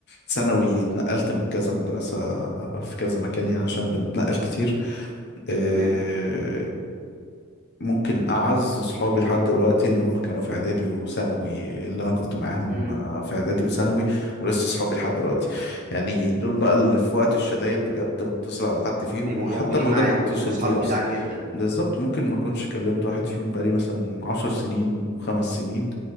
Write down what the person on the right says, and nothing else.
تمام،
إمم،
بيبقوا
موجودين
معاك
وبيبقوا
صحاب جدعان
جدًا،